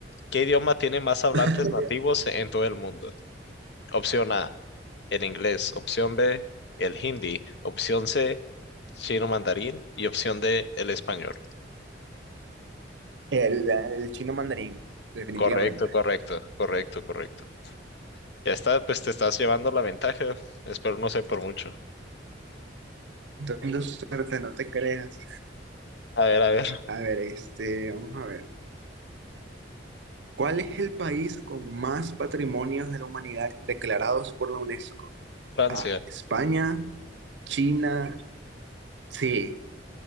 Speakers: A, on the left; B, on the right.
A: ¿Qué idioma tiene más hablantes
B: <laughs>
A: nativos en todo el mundo? Opción A. el inglés, opción B, el hindi, opción C, chino mandarín y opción D, el español.
B: El, el chino mandarín, definitivamente.
A: Correcto, correcto, correcto, correcto. Ya está, pues te estás llevando la ventaja. Espero no sé por mucho.
B: Teniendo suerte, no te creas.
A: A ver, a ver, <laughs>
B: A ver, este, vamos a ver. ¿Cuál es el país con más patrimonios de la humanidad declarados por la UNESCO?
A: Francia.
B: A, España, China, sí.